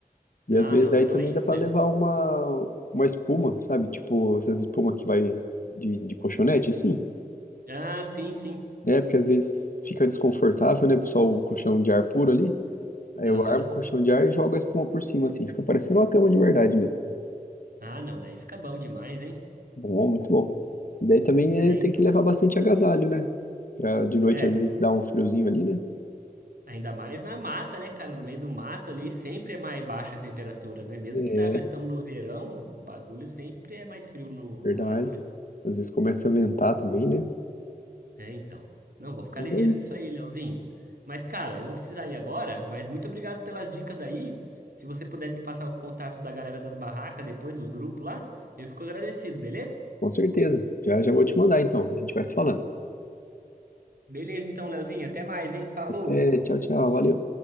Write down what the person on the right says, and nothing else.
Ah,
não,
então
é isso
mesmo.
Ah, sim, sim.
Aham.
Ah, não, daí fica bom demais, hein?
É,
então.
É,
ainda mais na mata, né, cara? No meio do mato ali sempre é mais baixa a temperatura, né? Mesmo
que tá, nós estamos no verão, o bagulho sempre é mais frio no,
no mato, né?
É, então. Não, vou ficar
ligeiro
nisso aí, Leozinho. Mas, cara, eu vou precisar ir agora, mas muito obrigado pelas dicas aí. Se você puder me passar o contato da galera das barracas depois, dos grupos lá, eu fico agradecido, beleza?
Beleza, então, Leozinho, até mais, hein? Falou!